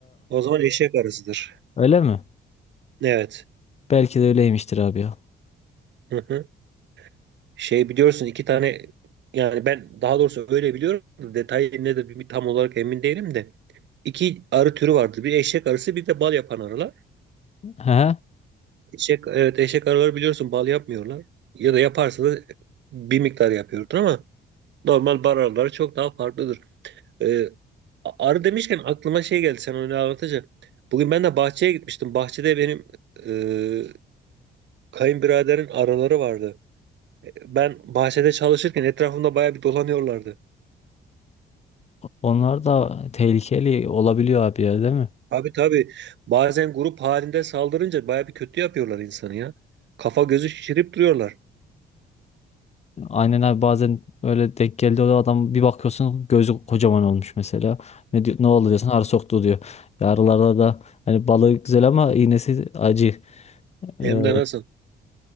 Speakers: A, on the right; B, on the left.
A: O zaman eşek arısıdır.
B: öyle mi?
A: Evet.
B: Belki de öyleymiştir abi ya.
A: Hı hı. Şey biliyorsun iki tane yani ben daha doğrusu öyle biliyorum da detayı nedir bir tam olarak emin değilim de iki arı türü vardır. Bir eşek arısı bir de bal yapan arılar.
B: He.
A: Eşek evet eşek arıları biliyorsun bal yapmıyorlar. Ya da yaparsa da bir miktar yapıyordur ama normal bal arıları çok daha farklıdır. Ee, arı demişken aklıma şey geldi sen onu anlatınca. Bugün ben de bahçeye gitmiştim. Bahçede benim e, kayınbiraderin arıları vardı. Ben bahçede çalışırken etrafımda bayağı bir dolanıyorlardı.
B: Onlar da tehlikeli olabiliyor abi ya değil mi?
A: Tabii tabii. Bazen grup halinde saldırınca baya bir kötü yapıyorlar insanı ya. Kafa gözü şişirip duruyorlar.
B: Aynen abi bazen öyle denk geldi o adam bir bakıyorsun gözü kocaman olmuş mesela. Ne diyor, ne oldu diyorsun arı soktu diyor. Yarılarda da hani balığı güzel ama iğnesi acı.
A: Hem
B: Ee,
A: de nasıl?